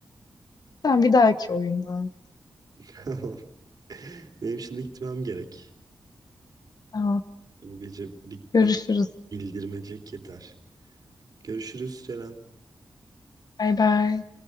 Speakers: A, on the left; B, on the right.
A: Sen bir dahaki oyundan.
B: Tamam. Benim şimdi gitmem gerek.
A: Tamam.
B: Bu gecelik bu
A: Görüşürüz.
B: kadar bildirmecek yeter. Görüşürüz Ceren.
A: Bay bay.